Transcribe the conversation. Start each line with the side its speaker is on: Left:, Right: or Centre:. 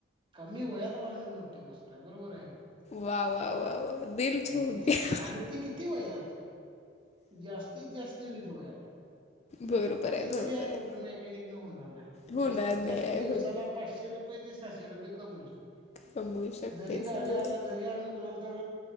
Right: कमी वयात बांधण मोठी गोष्ट हाय बरोबर हाय कणी
Left: वा वा वा वा दिल छू
Right: आणि किती
Left: गया
Right: आणि ते किती वयात जास्तीत जास्त विस वयात
Left: बरोबर
Right: आणि
Left: आहे
Right: ते
Left: बरोबर
Right: तरी त्या
Left: आहे.
Right: मोटर मेकॅनिक न होणार नाही
Left: होणार
Right: जास्तीत
Left: नाही
Right: जास्त
Left: आहे
Right: दिवसाला
Left: होत
Right: पाचशे रुपय ते साहशे रुपये कमवु शकतो
Left: कमवू शकतेस
Right: जरी गाडी
Left: बरं
Right: आला जरी आम्ही कुणाला तर